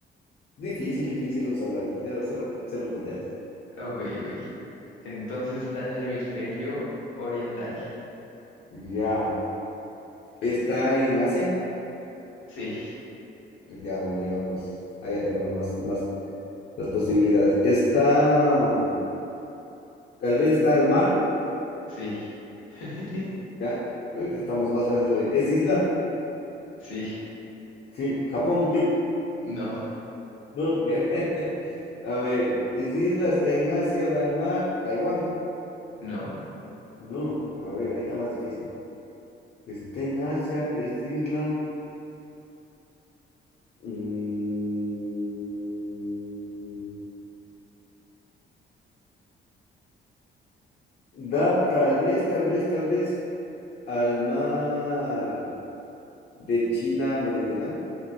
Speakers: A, on the left; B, on the left.
A: Difícil, difícil los aquí, cero, cero, cero tonterías.
B: Ok, ok. Entonces está en el hemisferio oriental.
A: Ya. ¿Está en Asia?
B: Sí.
A: Ya, bueno, ahí vamos. Ahí ya tenemos más, más las posibilidades. ¿Está, mm, tal vez da al mar?
B: Sí, <laughs>
A: Ya, Ahorita estamos más a eso de- ¿Es isla?
B: sí,
A: Sí, Japón.
B: no,
A: No, güey. <laughs> A ver, es isla, está en Asia, da al mar, Taiwán.
B: no,
A: No, a ver, ahí está más difícil. Está en Asia, es isla. mm, da tal vez, tal vez, tal vez al mar de China Meridional.